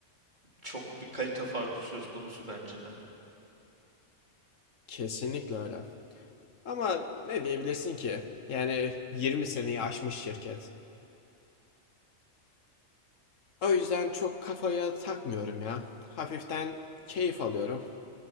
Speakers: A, on the right; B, on the left.
A: çok bir kalite farkı söz konusu bence de.
B: Kesinlikle öyle. Ama ne diyebilirsin ki? Yani 20 seneyi aşmış şirket. O yüzden çok kafaya takmıyorum ya. Hafiften keyif alıyorum.